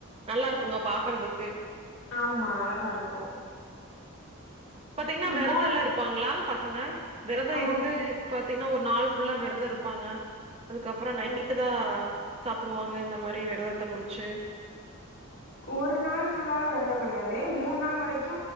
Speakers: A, on the right; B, on the left.
A: நல்லா இருக்குங்க பாக்குறதுக்கு
B: ஆமா அழகா இருக்கு
A: பாத்தீங்னா
B: ம்
A: வெரதலா
B: போன
A: இருப்பாங்ளா பசங்க வெரத
B: ஆமா
A: இருந்து பாத்தீங்னா ஒரு நாள் ஃபுல்லா வெரத இருப்பாங்க அதுக்கப்ற நைட்டு
B: ம்
A: தா சாப்டுவாங்க இந்த மாரி வெரதத்த முடிச்சு
B: ஒரு நாள் ஃபுல்லாலா வெரதங் கெடையாது மூண் நாள் வரைக்கு